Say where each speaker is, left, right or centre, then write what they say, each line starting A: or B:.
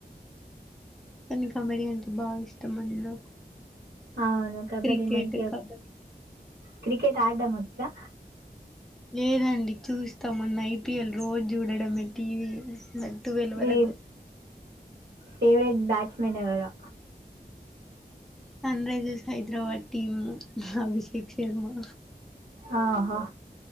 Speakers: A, in the centre; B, on the right.
A: కానీ కామెడీయన్ బాగా ఇష్టం అండి నాకు
B: అవును కబడ్డి
A: క్రికెట్
B: మంచిగా
A: కబడ్డీ
B: క్రికెట్
A: మ్మ్.
B: ఆడ్డం వచ్చా
A: లేదండి చూస్తా మొన్న ఐపీఎల్ రోజు చూడడంటివీ టువేల్ వరకు
B: మీ ఫేవరెట్ బ్యాట్స్మెన్ ఎవరొ
A: Sunrisers Hyderabad team Abhishek Sharma
B: ఆహ